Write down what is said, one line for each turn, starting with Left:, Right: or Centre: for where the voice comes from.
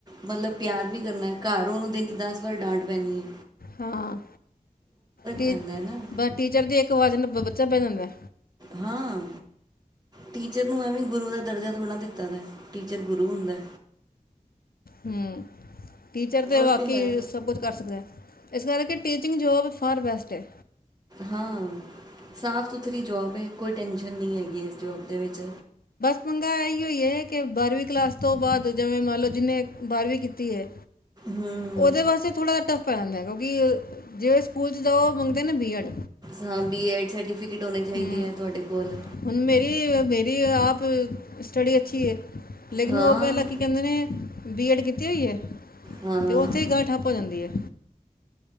Right: ਮਤਲਬ ਪਿਆਰ ਵੀ ਕਰਨਾ ਘਰ ਉਹਨੂੰ ਦਿਨ 'ਚ ਦਸ ਵਾਰ ਡਾਂਟ ਪੈਂਦੀ ਐ।
Left: ਹਾਂ ਟੀ
Right: ਪੈਂਦਾ ਹੈ ਨਾ
Left: ਟੀਚਰ ਦੀ ਇੱਕ ਆਵਾਜ਼ ਨਾ ਬ- ਚਾ ਬਹਿ ਜਾਂਦਾ।
Right: ਹਾਂ, ਟੀਚਰ ਨੂੰ ਐਵੇਂ ਗੁਰੂ ਦਾ ਦਰਜਾ ਥੋੜਾ ਨਾ ਦਿੱਤਾ ਵਾ। ਟੀਚਰ ਗੁਰੂ ਹੁੰਦਾ।
Left: ਹਮ। ਟੀਚਰ ਤੇ
Right: ਉਹ
Left: ਵਾਕੇ
Right: ਹੈ
Left: ਸਭ ਕੁਝ ਕਰ ਸਕਦੇ। ਇਸ ਕਰਕੇ ਟੀਚਿੰਗ ਜੋਬ ਫਾਰ ਬੈਸਟ ਹੈ।
Right: ਹਾਂ, ਸਾਫ਼ ਸੁਥਰੀ ਜੋਬ ਹੈ। ਕੋਈ ਟੈਸ਼ਨ ਨਹੀਂ ਹੈਗੀ ਇਸ ਜੋਬ ਦੇ ਵਿੱਚ।
Left: ਮੰਗਾ ਇਹ ਈਓ ਹੈ ਕਿ ਬਾਰਵੀਂ ਕਲਾਸ ਤੋਂ ਬਾਅਦ ਜਿਵੇਂ ਮੰਨ ਲਓ ਜਿਹਨੇ ਬਾਰ੍ਹਵੀਂ ਕੀਤੀ ਹੈ
Right: ਹੂੰ
Left: ਉਹਦੇ ਵਾਸਤੇ ਥੋੜਾ ਇਟ- ਫ਼ਰਕ ਪੈਂਦਾ ਐ ਕਿਉਂਕਿ ਜਿਵੇਂ ਸਕੂਲ ਚ ਤਾਂ ਉਹ ਮੰਗਦੇ ਨਾ ਬੀਐਡ।
Right: ਹਾਂ ਬੀ ਐਡ ਸਰਟੀਫਕੇਟ- ਹੋਣੇ ਚਾਹੀਦੇ
Left: ਹੂੰ
Right: ਆ ਤੁਹਾਡੇ ਕੋਲ।
Left: ਹੁਣ ਮੇਰੀ ਮੇਰੀ ਆਪ ਸਟਡੀ ਅੱਛੀ ਹੈ। ਲੇਕਿਨ
Right: ਹਾਂ
Left: ਉਹ ਪਹਿਲਾਂ ਕੀ ਕਹਿੰਦੇ ਨੇ- ਬੀਐਡ ਕੀਤੀ ਹੋਈ ਐ?
Right: ਹਾਂ
Left: ਤੇ ਉੱਥੇ ਹੀ ਗੱਲ ਠੱਪ ਹੋ ਜਾਂਦੀ ਐ।